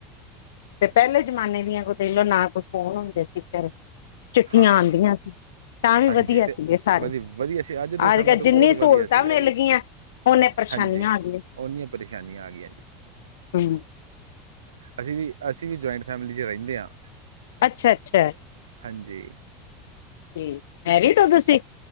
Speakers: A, on the left; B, on the right.
A: ਤੇ ਪਹਿਲੇ ਜਮਾਨੇ ਦੀਆਂ ਕੋ, ਦੇਖਲੋ ਨਾ ਕੋਈ ਫੋਨ ਹੁੰਦੇ ਸੀ। ਚਿੱਠੀਆਂ
B: ਹਾਂ
A: ਆਉਂਦੀਆਂ ਸੀ, ਤਾਂ ਵੀ
B: ਹਾਂਜੀ
A: ਵਧੀਆ
B: ਤੇ
A: ਸੀ ਇਹ ਸਾਰੇ,
B: ਵਧੀ ਵਧੀਆ ਸੀ ਦੇ ਸਮੇਂ
A: ਅੱਜ ਕੱਲ
B: ਤੋਂ
A: ਜਿੰਨੀ
B: ਬਹੁਤ
A: ਸਹੂਲਤਾਂ
B: ਵਧੀਆ ਸੀਗਾ
A: ਮਿਲ
B: ਜੀ
A: ਗਈਆਂ, ਓਨੇ ਪਰੇਸ਼ਾਨੀਆਂ
B: ਹਾਂਜੀ
A: ਆ ਗਈਆਂ
B: ਓਨੀਆਂ ਪਰੇਸ਼ਾਨੀਆਂ ਆ ਗਈਆਂ ਜੀ
A: ਹਮ
B: ਅਸੀਂ ਵੀ, ਅਸੀਂ ਵੀ ਜੁਆਇੰਟ ਫੈਮਿਲੀ ਚ ਰਹਿੰਦੇ ਹਾਂ।
A: ਅੱਛਾ- ਅੱਛਾ
B: ਹਾਂਜੀ
A: ਠੀਕ, ਮੈਰਿਡ ਹੋ ਤੁਸੀਂ